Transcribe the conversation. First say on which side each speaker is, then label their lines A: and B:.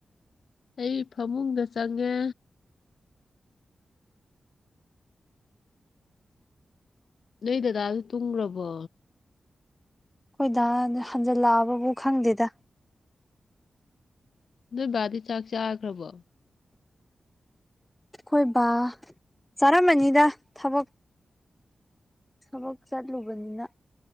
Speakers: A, on the left (about 60°); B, in the centre.
A: ꯑꯩ ꯐꯃꯨꯡꯗ ꯆꯪꯉꯦ ꯅꯣꯏ ꯗꯗꯥꯁꯨ ꯇꯨꯡꯈ꯭ꯔꯕꯣ
B: ꯑꯩꯈꯣꯏꯗ ꯍꯟꯖꯜꯂꯛꯑꯕꯕꯨ ꯈꯪꯗꯦꯗ
A: ꯅꯣꯏ ꯕꯥꯗꯤ ꯆꯥꯛ ꯆꯥꯈ꯭ꯔꯕꯣ
B: ꯑꯩꯈꯣꯏꯕ ꯆꯥꯔꯝꯃꯅꯤꯗ ꯊꯕꯛ ꯊꯕꯛ ꯆꯠꯂꯨꯕꯅꯤꯅ